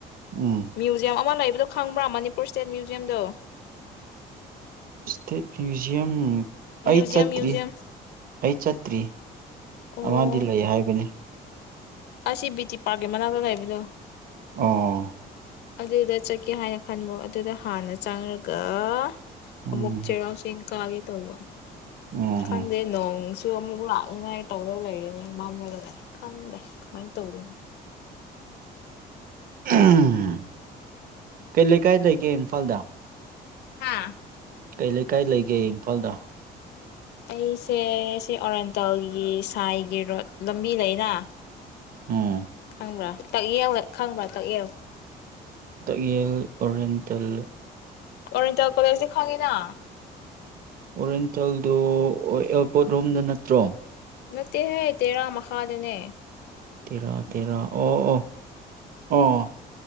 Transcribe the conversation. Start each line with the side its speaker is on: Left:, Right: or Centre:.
Right: ꯎꯝ
Left: ꯃ꯭ꯌꯨꯖꯝ ꯑꯃ ꯂꯩ ꯑꯗꯨꯗꯣ ꯈꯪꯕ꯭ꯔꯥ ꯃꯅꯤꯄꯨꯔ ꯏꯁꯇꯦꯠ ꯃ꯭ꯌꯨꯖꯌꯝꯗꯣ
Right: ꯏꯁꯇ ꯃ꯭ꯌꯨꯖꯤꯌꯝ
Left: ꯃ꯭ꯌꯨꯖꯤꯌꯝ
Right: ꯑꯩ ꯆꯠꯇ꯭ꯔꯤ
Left: ꯃ꯭ꯌꯨꯖꯤꯌꯝ
Right: ꯑꯩ ꯆꯇ꯭ꯔꯤ
Left: ꯑꯣ
Right: ꯑꯃꯗꯤ ꯂꯩ ꯍꯥꯏꯕꯅꯤ
Left: ꯑꯁꯤ ꯕꯤ ꯇꯤ ꯄꯥꯔꯛꯀꯤ ꯃꯅꯥꯛꯇ ꯂꯩꯕꯗꯣ
Right: ꯑꯣ
Left: ꯑꯗꯨꯗ ꯆꯠꯀꯦ ꯍꯥꯏꯅ ꯈꯟꯕꯣ ꯑꯗꯨꯗ ꯍꯥꯟꯅ ꯆꯪꯔ ꯒ
Right: ꯎꯝ
Left: ꯑꯃꯃꯨꯛ ꯆꯩꯔꯥꯎꯆꯤꯡ ꯀꯥꯒꯦ ꯇꯧꯕ
Right: ꯎꯝ
Left: ꯈꯪꯗꯦ ꯅꯣꯡ ꯁ ꯑꯃꯨꯛ ꯂꯥꯛꯅꯤꯉꯥꯏ ꯇꯧꯔꯒ ꯂꯩꯔꯤꯅꯦ ꯃꯝꯔꯒ ꯂꯥꯛꯑꯦ ꯈꯪꯗ ꯃꯥꯏ ꯇꯧꯔꯤꯅ
Right: ꯎꯝ ꯀꯩ ꯂꯩꯀꯥꯏ ꯂꯩꯒꯦ ꯏꯝꯐꯥꯜꯗ
Left: ꯍꯥꯥ
Right: ꯀꯩ ꯂꯩꯀꯥꯏ ꯂꯩꯒꯦ ꯏꯝꯐꯥꯜꯗ
Left: ꯑꯩꯁꯦ ꯁꯤ ꯑꯣꯔꯦꯟꯇꯜꯒꯤ ꯁꯥꯏꯒꯤ ꯔꯣꯗ ꯂꯝꯕꯤ ꯂꯩꯅ
Right: ꯎꯝ
Left: ꯈꯪꯕ꯭ꯔꯥ ꯇꯛꯌꯦꯜ ꯈꯪꯕ꯭ꯔꯥ ꯇꯛꯌꯦꯜ
Right: ꯇꯛꯌꯦꯜ ꯑꯣꯔꯤꯌꯦꯟꯇꯦꯜ
Left: ꯑꯣꯔꯦꯟꯇꯦꯜ ꯀꯣꯂꯦꯖꯗꯤ ꯈꯪꯉꯤꯅꯥ
Right: ꯑꯣꯔꯦꯟꯇꯦꯜꯗꯨ ꯏꯌꯔꯄꯣꯔꯠ ꯔꯣꯝꯗ ꯅꯠꯇ꯭ꯔꯣ
Left: ꯅꯠꯇꯦ ꯍꯥꯏꯌꯦ ꯇꯦꯔꯥ ꯃꯈꯥꯗꯅꯦ
Right: ꯇꯦꯔꯥ ꯇꯦꯔꯥ ꯑꯣ ꯑꯣ ꯑꯣ